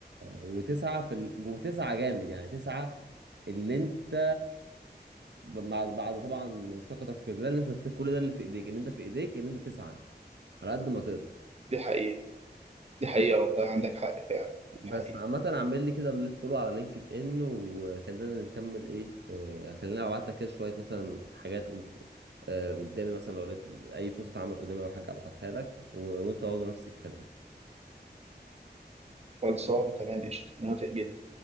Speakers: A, on the right; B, on the right.
A: وتسعة في ال... وتسعة جامد يعني تسعة اللي انت بعد بعد طبعا ثقتك في الله ان انت كل ده اللي في ايديك ان انت في ايديك ان انت تسعة على قد ما تقدر
B: دي حقيقه دي حقيقه والله عندك حق فعلا دي
A: بس
B: حقيقه
A: عامة اعمل لي كده اللي فولو على لينكد ان وخلينا نكمل ايه آه، خلينا ابعت لك كده شوية مثلا حاجات قب- آه، قدامي مثلا لو لقيت اي فرصة عمل قدامي او حاجة ابعتها لك و... وانت برضه نفس الكلام
B: خلصانه تمام قشطه موافق جدا